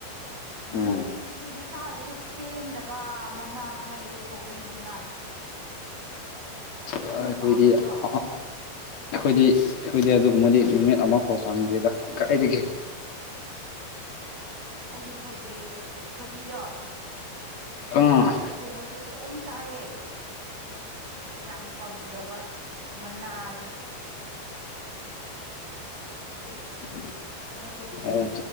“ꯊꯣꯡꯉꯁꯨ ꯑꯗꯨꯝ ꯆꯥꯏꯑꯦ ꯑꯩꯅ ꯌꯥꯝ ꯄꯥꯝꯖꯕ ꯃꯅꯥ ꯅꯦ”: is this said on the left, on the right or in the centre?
Right